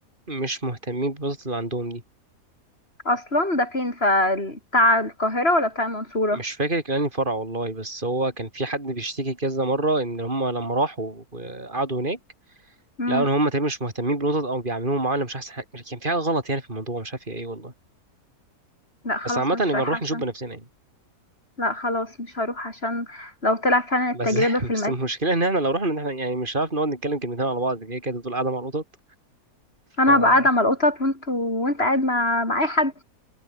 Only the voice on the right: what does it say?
مش مهتمين بالقطط اللي عندهم دي
مش فاكر كان انهي فرع والله بس هو كان في حد بيشتكي كذا مرة ان هم لما راحوا وقعدوا هناك
لا ان هم تقريبا مش مهتمين بالقطط او بيعاملوهم معامله مش احسن حاجه مش- كان في حاجه غلط يعني في الموضوع مش عارف هي ايه والله
بس عامه
يبقى
نروح
نشوف بنفسنا يعني
بس <laughs>
بس المشكله ان احنا لو رحنا ان احنا يعني مش هنعرف نقعد نتكلم كلمتين على بعض هي كده تقول قاعده مع القطط
فقاعد